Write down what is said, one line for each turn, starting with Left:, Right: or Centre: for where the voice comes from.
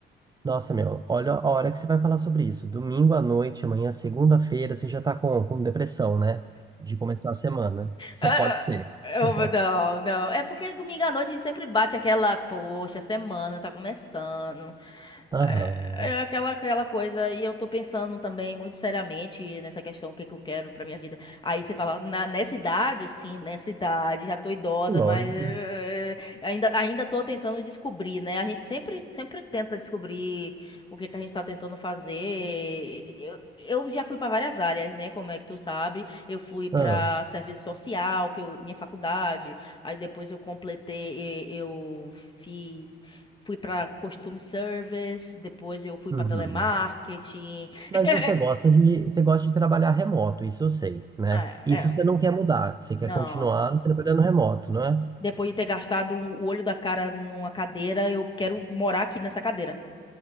Right: Nossa, meu, olha a hora que você vai falar sobre isso. Domingo à noite, amanhã, segunda-feira, você já tá com, com depressão, né? De começar a semana. Só
Left: Ah,
Right: pode ser.
Left: eu-
Right: <laughs>
Left: não, não. É porque domingo à noite sempre bate aquela, poxa, semana tá começando.
Right: Aham,
Left: É, é aquela, aquela coisa, e eu tô pensando também muito seriamente nessa questão, o que que eu quero pra minha vida. Aí você fala, na, nessa idade, sim, nessa idade, já tô idosa,
Right: lógico.
Left: mas eh, ainda, ainda tô tentando descobrir, né? A gente sempre, sempre tenta descobrir o que que a gente tá tentando fazer. Eu, eu já fui pra várias áreas, né? Como é que tu sabe? Eu fui para
Right: Ah,
Left: serviço social, que eu, minha faculdade. Aí depois eu completei, e- eu fiz, fui para costume service, depois eu fui para
Right: uhum.
Left: telemarketing.
Right: Mas
Left: <laughs>
Right: você gosta de, você gosta de trabalhar remoto, isso eu sei, né?
Left: É,
Right: Isso
Left: é,
Right: você não quer mudar, você quer
Left: não.
Right: continuar trabalhando remoto, não é?
Left: Depois de ter gastado o olho da cara numa cadeira, eu quero morar aqui nessa cadeira.